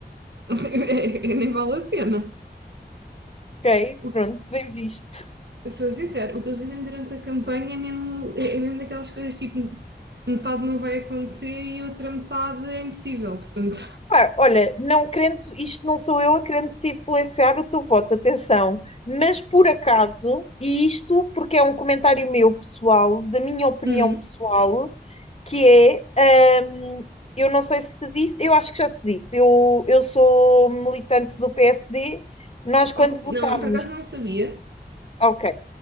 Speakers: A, on the right; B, on the left.
A: <laughs> É- é- nem vale a pena.
B: Ok?
A: O-
B: Pronto, bem visto.
A: eu sou sincera, o que eles dizem durante a campanha é mesmo, é, é mesmo daquelas coisas tipo metade não vai acontecer e outra metade é impossível, portanto.
B: Pá, olha, não querendo, isto não sou eu a querendo te influenciar o teu voto, atenção. Mas por acaso, e isto porque é um comentário meu pessoal, da minha opinião
A: Hum.
B: pessoal, que é, hum, eu não sei se te disse, eu acho que já te disse, eu, eu sou militante do PSD, nós quando
A: Ok,
B: votámos,
A: Não, por acaso não sabia.
B: ok,